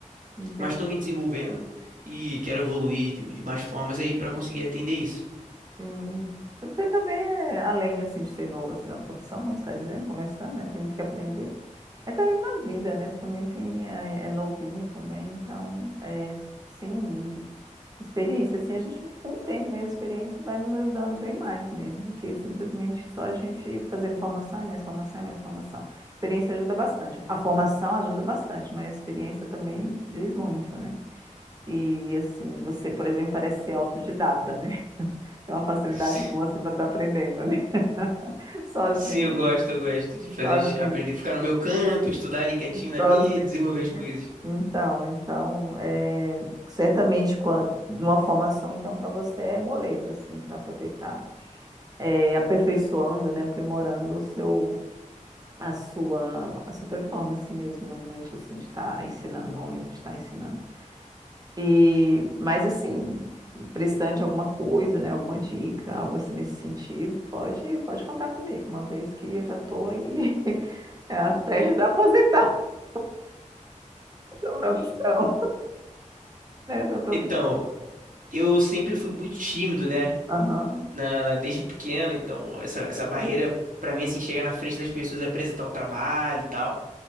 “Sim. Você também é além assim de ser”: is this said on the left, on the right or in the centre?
Right